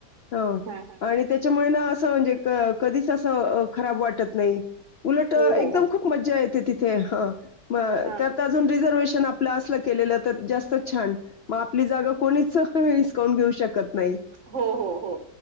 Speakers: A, on the left; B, on the right.
A: आणि
B: हा हा
A: ह ते त्याच्यामुळे ना असं म्हणजे क कधीच असं खराब वाटत नाही उलट एकदम
B: हो हो हो
A: खूप. मज्जा येते तिथे हा म
B: हा
A: त्यातच. अजून रिझर्वेशन आपलं असलं केलेलं तर जास्त छान मग आपली जागा कोणीच नाही हिस''--'' कावून घेऊत शकत नाही.
B: हो हो हो